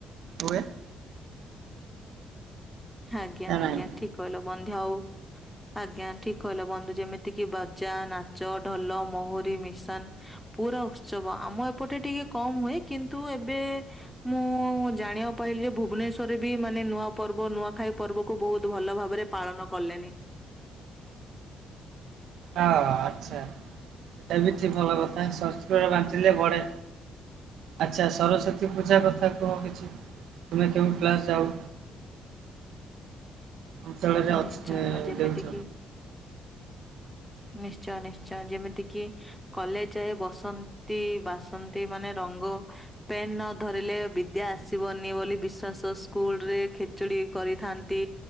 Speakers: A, on the right; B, in the centre.
A: ହୁଏ।
B: ଆଜ୍ଞା
A: ନା
B: ଆଜ୍ଞା
A: ନାହିଁ?
B: ଠିକ୍ କହିଲ। <unintelligible> ଆଜ୍ଞା ଠିକ୍ କହିଲ ବନ୍ଧୁ। ଯେମିତି କିି ବାଜା, ନାଚ ଢୋଲ, ମହୁରି, ମିଶାନ୍ ପୁରା ଉତ୍ସବ। ଆମ ଏପଟେ ଟିକେ କମ୍ ହୁଏ। କିନ୍ତୁ ଏବେ ମୁଁ ଜାଣିବାକୁ ପାଇଲିି ଯେ ଭୁବନେଶ୍ଵରରେ ବି ମାନେ ନୂଆ ପର୍ବ ନୂଆ ଖାଇ ପର୍ବକୁ ବହୁତ ଭଲ ଭାବରେ ପାଳନ କଲେଣି।
A: ହଁ ଆଚ୍ଛା। ସେଟା ବି ଠି ଭଲ କଥା। <unintelligible> ବାଣ୍ଟିଲେ ବଢେ। ଆଚ୍ଛା, ସରସ୍ଵତୀ ପୂଜା କଥା କୁହ କିଛି। ତୁମେ କେଉଁ କ୍ଲାସ୍ ଯାଉ ଅଞ୍ଚଳରେ
B: ଆ
A: ଅଛି
B: ନିଶ୍ଚୟ। ଯେମିତି
A: ଦେଉଛ?
B: କିି ନିଶ୍ଚୟ ନିଶ୍ଚୟ। ଯେମିତି କିି କଲେଜ ଯାଏ ବସନ୍ତି ବାସନ୍ତି ମାନେ ରଙ୍ଗ ପେନ୍ ନ ଧରିଲେ ବିଦ୍ୟା ଆସିବନି ବୋଲି ବିଶ୍ଵାସ। ସ୍କୁଲ ରେ ଖେଚୁଡି କରିଥାନ୍ତି।